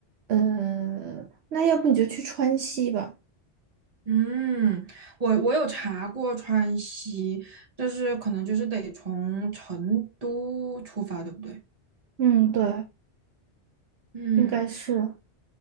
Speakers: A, on the right (about 70°); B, on the right (about 35°).
A: 呃，那要不你就去川西吧。
B: 嗯，我我有查过川西，但是可能就是得从成都出发，对不对？
A: 嗯，对，
B: 嗯。
A: 应该是，